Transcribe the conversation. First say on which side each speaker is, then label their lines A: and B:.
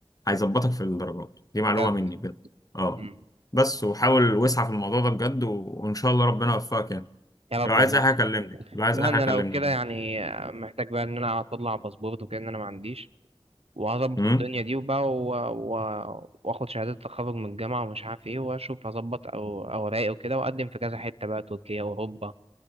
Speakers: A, on the left; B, on the right.
A: هيظبطك في الدرجات دي معلومة
B: بجد
A: مني بجد اه
B: امم
A: بس وحاول واسعى في الموضوع ده بجد و... وإن شاء الله ربنا يوفقك يعني
B: يا
A: لو
B: رب
A: عايز
B: والله
A: أي حاجة كلمني لو عايز
B: لا
A: أي
B: انا
A: حاجة كلمني
B: لو كده يعني آه، محتاج بقى ان انا اطلع باسبورت وكده ان انا ما عنديش وهظبط
A: امم
B: الدنيا دي وبقى و... و... واخد شهادة تخرج من الجامعة ومش عارف ايه واشوف هظبط او اوراقي وكده واقدم في كذا حتة بقى تركيا واوروبا